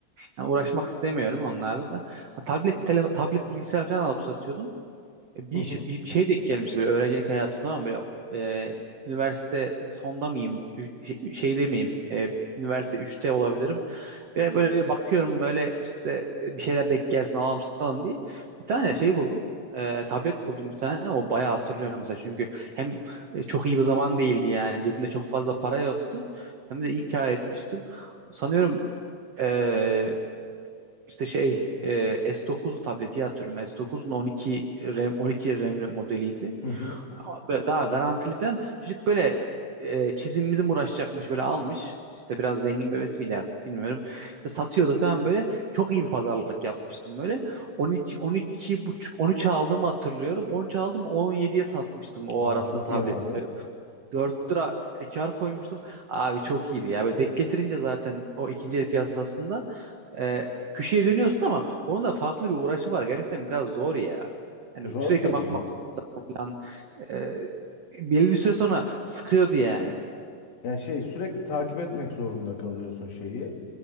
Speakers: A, on the right; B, on the left.
A: yani uğraşmak istemiyorum onlarla. Ha, tablet tele, tablet bilgisayar falan alıp satıyordum. E, Bir,
B: hı hı
A: iş- bir, bir şey denk gelmişti böyle öğrencilik hayatım tamam mı? böyle e, üniversite sonda mıyım? Ü- şey- Şeyde miyim? E, bir- üniversite üçte olabilirim. Böyle, böyle bakıyorum böyle işte e, bir şeyler denk gelsin alalım satalım diye. Bir tane şey buldum. E, tablet buldum bir tane. O bayağı hatırlıyorum mesela. Çünkü hem e, çok iyi bir zaman değildi yani. Cebimde çok fazla para yoktu. Hem de iyi kâr etmiştim. Sanıyorum e, işte şey e, S9 tableti hatırlıyorum. S9'un 12 RAM, 12 RAM'li modeliydi
B: hı. hı.
A: böyle daha garantiliden çocuk böyle e, çizimimizin uğraşacakmış böyle almış. İşte biraz zengin bebesi miydi artık bilmiyorum. İşte satıyordu falan böyle. Çok iyi bir pazarlık yapmıştım böyle. 12 12 buçuk 13 aldığımı hatırlıyorum. 13 aldım 17'ye satmıştım o
B: Aa
A: ara
B: çok
A: tableti.
B: iyi abi.
A: dört lira kar koymuştum. Abi çok iyiydi ya. Böyle denk getirince zaten o ikinci el piyasasında e, köşeye dönüyorsun ama onun da farklı bir uğraşı var. Gerçekten biraz zor ya. Yani
B: Zor
A: sürekli
B: tabii
A: bakmak
B: canım.
A: zorunda falan. E, belli bir süre sonra sıkıyordu yani.
B: Yani şey sürekli takip etmek zorunda kalıyorsun şeyi,